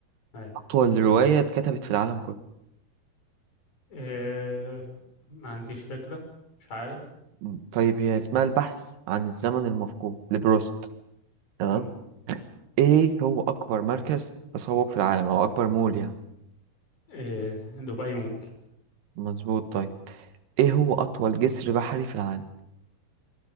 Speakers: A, on the left; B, on the right.
A: أي
B: أطول رواية اتكتبت في العالم كله
A: آه، ما عنديش فكرة مش عارف
B: مم، طيب هي اسمها البحث عن الزمن المفقود لبروست تمام.
A: مم.
B: ايه هو اكبر مركز تسوق في العالم او اكبر مول يعني
A: آه، دبي مول
B: مظبوط طيب ايه هو اطول جسر بحري في العالم